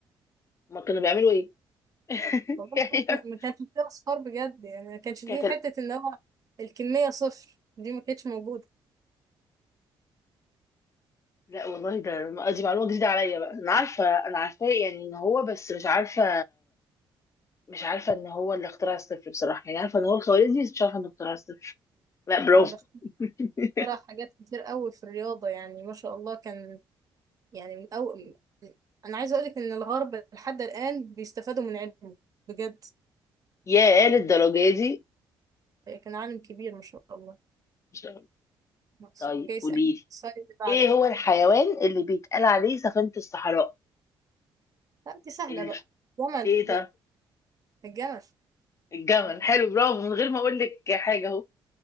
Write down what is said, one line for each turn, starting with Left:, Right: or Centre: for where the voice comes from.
Left: ما كانوا بيعملوا ايه <laughs>
Right: والله
Left: يعني
Right: ما كانش فيها أصفار بجد يعني ما كانش
Left: كانت
Right: فيه
Left: ال-
Right: حتة إن هو الكمية صفر دي ما كانتش موجودة
Left: لا والله ده دي معلومة جديدة عليا بقى انا عارفة انا عارفاه يعني ان هو بس مش عارفة مش عارفة ان هو اللي اخترع الصفر بصراحة يعني عارفة ان هو الخوارزمي بس مش عارفة انه اخترع الصفر لا برافو
Right: أنا بختار
Left: <laughs>
Right: حاجات كتير قوي في الرياضة يعني ما شاء الله كان يعني من أول أنا عايزة أقولك إن الغرب لحد الآن بيستفادوا من علمه بجد
Left: ياه للدرجة دي
Right: كان عالم كبير ما شاء الله
Left: مش-
Right: مصر
Left: طيب
Right: أوكي اسألني
Left: قولي لي
Right: السؤال اللي بعده
Left: ايه
Right: بقى
Left: هو الحيوان اللي بيتقال عليه سفينة الصحراء
Right: لا دي سهلة
Left: ال...
Right: بقى جمل
Left: ايه
Right: بقى
Left: ده
Right: الجمل
Left: الجمل حلو برافو من غير ما اقول لك حاجة اهو